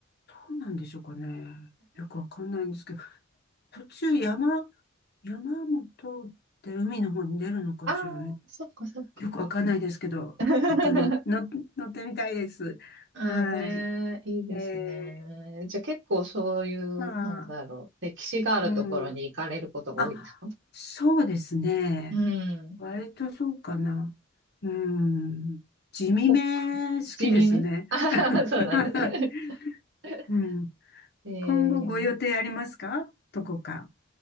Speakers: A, on the left; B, on the right.
A: うなんでしょうかね。よくわかんないんですけど、途中山、山も通って海の方に出るのかしらね。
B: ああ、そっかそっか。
A: よくわかんないですけど、
B: <laughs>
A: 一回の、の乗ってみたいです。
B: ああね、
A: はい。
B: いいですね。
A: ええ
B: じゃあ結構そういう、
A: まあ、
B: なんだろう、歴史があるところに行かれることが多いですか
A: うん。あ、そうですね。
B: うん。
A: 割とそうかな。うん。地味め好きですね。
B: こ、地味めああ、
A: <laughs>
B: そうだね。<laughs>
A: うん。
B: えー
A: 今後ご予定ありますかどこか。